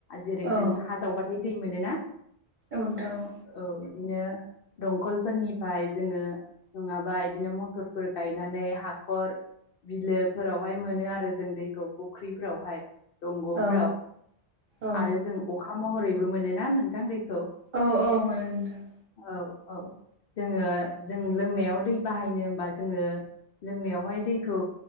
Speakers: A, on the left; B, on the right.
A: जेरै
B: औ
A: जों हा जावबाथाय दै मोनोना।
B: औ नोंथां औ
A: औ बिदिनो दंखलफोरनिफ्राय जोङो। नङाबा इदिनो मथरफोर गायनानै हाखर। बिलोफोरावहाय मोनो आरो जों दैखौ फुख्रिफोरहाय। दंगफ्राव
B: औ औ
A: आरो जों अखा महरैबो मोनोना दै
B: औ औ मोनो नोंथां।
A: औ औ जोङो जों लोंनायाव दै बाहायनो होमबा जोङो लोंनायावहाय दैखौ।